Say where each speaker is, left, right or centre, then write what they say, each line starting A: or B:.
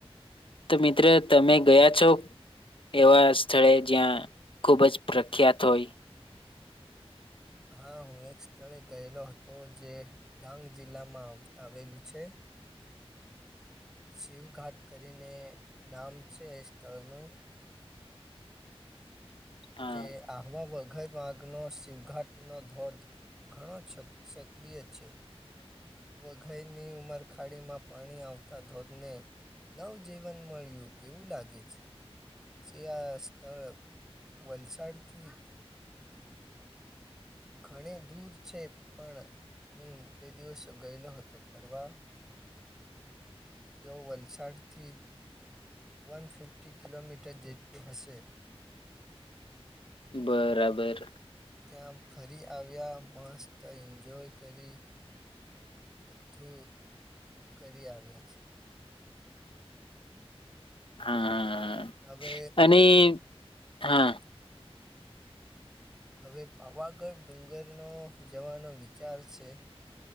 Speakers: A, on the left (about 55°); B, in the centre.
A: તો મિત્ર તમે ગયા છો એવા સ્થળે જ્યાં ખુબ જ પ્રખ્યાત હોય
B: હા હું એક સ્થળે ગયેલો હતો જે ડાંગ જિલ્લામાં આવેલું છે શિવ ઘાટ કરીને નામ છે એ સ્થળનું
A: હા
B: જે અહમાાબદ ઘયમાર્ગનો શિવઘાટનો ધોધ ઘણો ક્ષ સક્રિય છે વઘઈની ઉંમર ખાડીમાં પાણી આવતા ધોધને નવજીવન મળ્યું એવું લાગે છે જે આ સ્થળ વલસાડથી
A: હ <inaudible>
B: ઘણી દૂર છે પણ હું તે દિવસ ગયેલો હતો ફરવા જો વલસાડ થી વન ફિફ્ટી કિલોમીટર જેટલું હશે
A: બરાબર
B: ત્યાં ફરી આવ્યા મસ્ત એન્જોય કરી બધુંક કરી આવ્યા છે.
A: હા, હા, હા,
B: હવે
A: હા અને હા.
B: હવે પાવાગઢ ડુંગરનો જવાનો વિચાર છે.